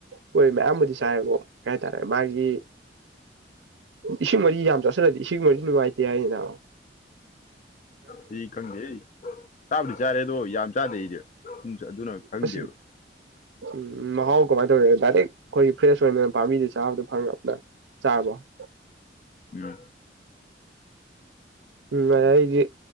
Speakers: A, on the right; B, on the left.
A: ꯍꯣꯏ ꯃꯌꯥꯝꯕꯨꯗꯤ ꯆꯥꯏꯕꯣ ꯀꯩ ꯍꯥꯏꯇꯥꯔꯦ ꯃꯥꯒꯤ ꯏꯁꯤꯡ ꯃꯔꯤ ꯌꯥꯝ ꯆꯠꯁꯤꯜꯂꯗꯤ ꯏꯁꯤꯡ ꯃꯔꯤ ꯅꯨꯡꯉꯥꯏꯇꯦ ꯍꯥꯏꯗ
B: ꯑꯗꯨꯗꯤ ꯈꯪꯗꯦꯍꯦ ꯑꯩ ꯆꯥꯕꯨꯗꯤ ꯆꯥꯔꯦ ꯑꯗꯣ ꯌꯥꯝ ꯆꯥꯗꯦ ꯑꯩꯗꯤ ꯑꯗꯨꯅ ꯈꯪꯗꯦꯕ
A: ꯑꯁ ꯎꯝ ꯃꯍꯥꯎ ꯀꯃꯥꯏꯅ ꯇꯧꯋꯤ ꯗꯥꯏꯔꯦꯛ ꯑꯩꯈꯣꯏꯒꯤ ꯐ꯭ꯔꯦꯁ ꯑꯣꯏꯅ ꯄꯥꯝꯕꯤꯗꯒꯤ ꯆꯥꯕꯗꯨ ꯐꯪꯉꯥꯛꯕ꯭ꯔꯥ ꯆꯥꯕꯗꯣ
B: ꯎꯝ
A: ꯎꯝ ꯑꯩꯗꯤ